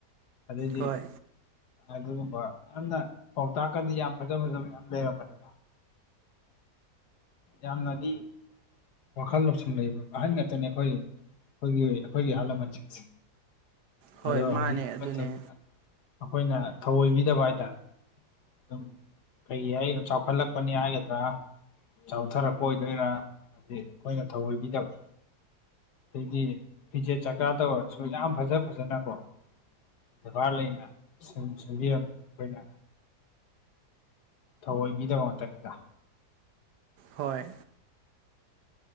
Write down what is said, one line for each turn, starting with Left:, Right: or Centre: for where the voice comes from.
Left: ꯑꯗꯩꯗꯤ
Right: ꯍꯣꯏ
Left: ꯑꯗꯨꯒꯨꯝꯕ ꯌꯥꯝꯅ ꯄꯥꯎꯇꯥꯛꯀꯗꯤ ꯌꯥꯝ ꯐꯖ ꯐꯖꯕ ꯌꯥꯝ ꯂꯩꯔꯝꯕꯅꯤ ꯌꯥꯝꯅꯗꯤ ꯋꯥꯈꯜ ꯂꯧꯁꯤꯡ ꯂꯩꯕ ꯑꯍꯟ ꯉꯥꯛꯇꯅꯦ ꯑꯩꯈꯣꯏ ꯑꯩꯈꯣꯏꯒꯤ ꯑꯩꯈꯣꯏꯒꯤ ꯑꯍꯜ ꯂꯃꯟꯁꯤꯡꯁꯦ
Right: ꯍꯣꯏ
Left: ꯑꯗꯣ
Right: ꯃꯥꯅꯦ
Left: ꯍꯧꯖꯤꯛ
Right: ꯑꯗꯨꯅꯦ
Left: ꯃꯇꯝꯁꯤꯅ ꯑꯩꯈꯣꯏꯅ ꯊꯧꯑꯣꯏꯕꯤꯗꯕ ꯍꯥꯏꯇꯥꯔꯦ ꯑꯗꯨꯝ ꯀꯩ ꯍꯥꯏ ꯆꯥꯎꯈꯜꯂꯛꯄꯅꯤ ꯍꯥꯏꯒꯗ꯭ꯔꯥ ꯆꯥꯎꯊꯔꯛꯄ ꯑꯣꯏꯗꯣꯏꯔꯥ ꯍꯥꯏꯗꯤ ꯑꯩꯈꯣꯏꯅ ꯊꯧꯑꯣꯏꯕꯤꯗꯕ ꯑꯗꯩꯗꯤ ꯐꯤꯖꯦꯠ ꯆꯀꯥꯗ ꯑꯣꯏꯔꯁꯨ ꯌꯥꯝ ꯐꯖ ꯐꯖꯅꯀꯣ ꯕꯦꯕꯥꯔ ꯂꯩꯅ ꯁꯤꯟ ꯁꯤꯟꯕꯤꯔꯝꯃꯤꯅ ꯑꯩꯈꯣꯏꯅ ꯊꯧꯑꯣꯏꯕꯤꯗꯕ ꯃꯇꯝꯅꯤꯗ
Right: ꯍꯣꯏ